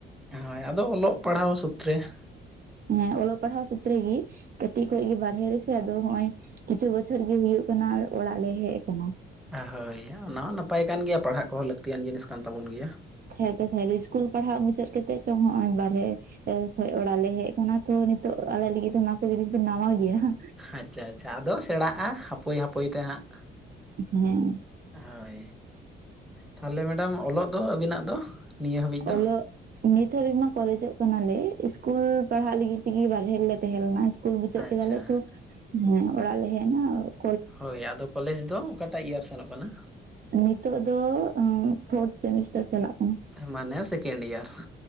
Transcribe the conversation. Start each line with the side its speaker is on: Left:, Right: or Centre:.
Centre: ᱦᱳᱭ ᱟᱫᱚ ᱚᱞᱚᱜ ᱯᱟᱲᱦᱟᱣ ᱥᱩᱛᱛᱨᱮ ᱾
Right: ᱦᱮᱸ ᱚᱞᱚᱜ ᱯᱟᱲᱦᱟᱣ ᱥᱩᱛᱛᱨᱮ ᱜᱮ ᱠᱟᱹᱴᱤᱡ ᱠᱷᱚᱡ ᱜᱮ ᱵᱟᱨᱦᱮ ᱨᱮᱥᱮ ᱟᱫᱚ ᱦᱚᱸᱜ-ᱚᱭ ᱠᱤᱪᱷᱩ ᱵᱚᱪᱷᱚᱨ ᱜᱮ ᱦᱩᱭᱩᱜ ᱠᱟᱱᱟ ᱚᱲᱟᱜ ᱞᱮ ᱦᱮᱡ ᱟᱠᱟᱱᱟ ᱾
Centre: ᱦᱳᱭ ᱚᱱᱟ ᱦᱚᱸ ᱱᱟᱯᱟᱭ ᱠᱟᱱ ᱜᱮᱭᱟ ᱯᱟᱲᱦᱟᱜ ᱠᱚᱦᱚᱸ ᱞᱟᱹᱠᱛᱤᱭᱟᱱ ᱡᱤᱱᱤᱥ ᱠᱟᱱ ᱛᱟᱵᱚᱱ ᱜᱮᱭᱟ ᱾
Right: <unintelligible> ᱤᱥᱠᱩᱞ ᱯᱟᱲᱦᱟᱜ ᱢᱩᱪᱟᱹᱫ ᱠᱟᱛᱮᱜ ᱪᱚᱝ ᱦᱚᱸᱜᱼᱚᱭ ᱵᱟᱨᱦᱮ <unintelligible> ᱠᱷᱚᱡ ᱚᱲᱟᱜ ᱞᱮ ᱦᱮᱡ ᱟᱠᱟᱱᱟ ᱛᱚ ᱱᱤᱛᱚᱜ ᱟᱞᱮ ᱞᱟᱹᱜᱤᱫ ᱫᱚ ᱱᱚᱣᱟ ᱠᱚ ᱡᱤᱱᱤᱥ ᱫᱚ ᱱᱟᱣᱟ ᱜᱮᱭᱟ ᱾
Centre: ᱟᱪᱪᱷᱟ ᱟᱪᱪᱷᱟ, ᱟᱫᱚ ᱥᱮᱲᱟᱜᱼᱟ ᱦᱟᱯᱳᱹᱭ ᱦᱟᱯᱳᱹᱭ ᱛᱮ ᱦᱟᱸᱜ ᱾
Right: ᱦᱮᱸ ᱾
Centre: ᱦᱳᱭ, ᱛᱟᱦᱚᱞᱮ ᱢᱮᱰᱟᱢ ᱚᱞᱚᱜ ᱫᱚ ᱟᱹᱵᱤᱱᱟᱜ ᱫᱚ? ᱱᱤᱭᱟᱹ ᱦᱟᱹᱵᱤᱡ ᱫᱚ
Right: ᱚᱞᱚᱜ, ᱱᱤᱛ ᱦᱟᱹᱵᱤᱡ ᱢᱟ ᱠᱚᱞᱮᱡᱚᱜ ᱠᱟᱱᱟᱞᱮ ᱤᱥᱠᱩᱞ ᱯᱟᱲᱦᱟᱜ ᱞᱟᱹᱜᱤᱫ ᱛᱮᱜᱮ ᱵᱟᱨᱦᱮ ᱨᱮᱞᱮ ᱛᱟᱦᱮᱸ ᱞᱮᱱᱟ ᱤᱥᱠᱩᱞ ᱵᱩᱪᱟᱹᱜ
Centre: ᱟᱪᱪᱷᱟ
Right: ᱠᱮᱫᱟ ᱞᱮ ᱛᱚᱸ ᱦᱮᱸ ᱚᱲᱟᱜ ᱞᱮ ᱦᱮᱡ ᱱᱟ ᱾
Centre: ᱦᱳᱭ ᱟᱫᱚ ᱠᱚᱞᱮᱡᱽ ᱫᱚ ᱚᱠᱟᱴᱟᱜ ᱤᱭᱟᱨ ᱥᱮᱱᱚᱜ ᱠᱟᱱᱟ?
Right: ᱱᱤᱛᱚᱜ ᱫᱚ ᱮᱸ ᱯᱷᱳᱨᱛ ᱥᱮᱢᱤᱥᱴᱟᱨ ᱪᱟᱞᱟᱜ ᱠᱟᱱᱟ
Centre: ᱢᱟᱱᱮ ᱥᱮᱠᱮᱱᱰ ᱮᱭᱟᱨ ᱾